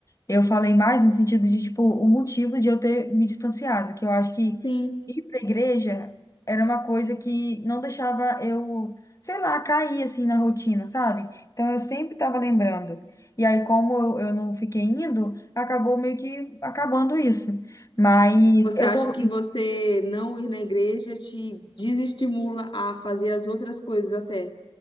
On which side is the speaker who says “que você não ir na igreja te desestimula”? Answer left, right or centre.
Left